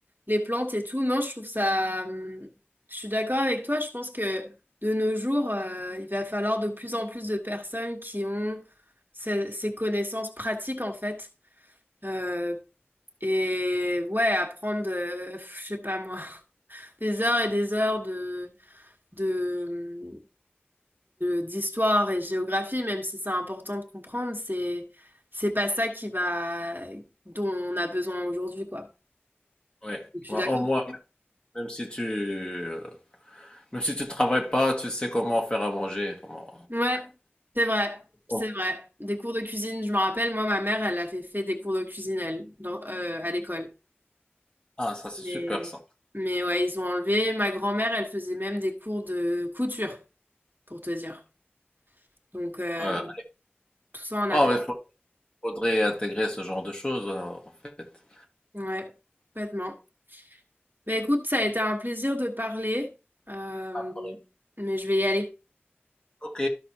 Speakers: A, on the right; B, on the left.
A: les plantes et tout. Non, je trouve ça... hum, Je suis d'accord avec toi, je pense que de nos jours, euh, il va falloir de plus en plus de personnes qui ont ces, ces connaissances pratiques en fait. Euh, et ouais, apprendre, euh, pff, je sais pas moi, <laughs> des heures et des heures de, de, d'histoire et géographie, même si c'est important de comprendre, c'est, c'est pas ça qui va, dont on a besoin aujourd'hui, quoi.
B: Oui.
A: Je suis
B: Ouais,
A: d'accord?
B: au moins, même si tu, euh, même si tu travailles pas, tu sais comment faire à manger, comment...
A: Ouais, c'est vrai, c'est
B: Bon.
A: vrai. Des cours de cuisine, je me rappelle, moi, ma mère, elle avait fait des cours de cuisine, elle, dans, euh, à l'école.
B: Ah, ça c'est
A: Mais,
B: super ça.
A: mais ouais, ils ont enlevé. Ma grand-mère, elle faisait même des cours de couture, pour te dire. Donc, euh,
B: Ouais,
A: tout ça, on
B: Ouais,
A: a...
B: ouais, faut- faudrait intégrer ce genre de choses euh, en fait.
A: Ouais, complètement. Bah écoute, ça a été un plaisir de parler, euh,
B: Après.
A: mais je vais y aller.
B: OK.